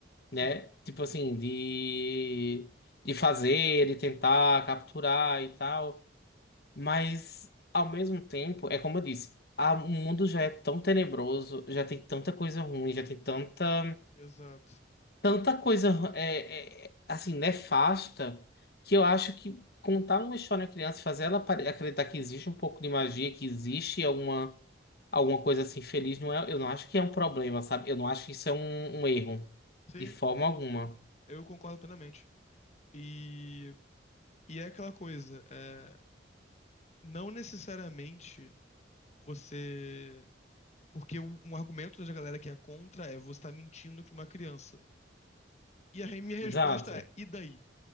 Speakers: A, on the left; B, on the left.
A: né?
B: Sim,
A: Tipo assim, de, de fazer, de tentar capturar e tal. Mas, ao mesmo tempo, é como eu disse, a- o mundo já é tão tenebroso, já tem tanta coisa ruim, já tem tanta,
B: exato.
A: tanta coisa, é, é, assim, nefasta, que eu acho que contar uma história à criança, fazer ela pare- acreditar que existe um pouco de magia, que existe alguma, alguma coisa assim feliz, não é, eu não acho que é um problema, sabe? Eu não acho que isso é um, um erro,
B: Sim,
A: de forma alguma.
B: eu concordo plenamente. E, e é aquela coisa, é, não necessariamente você Porque o- um argumento da galera que é contra é você tá mentindo pra uma criança. E a re- minha
A: Exato.
B: resposta é, e daí?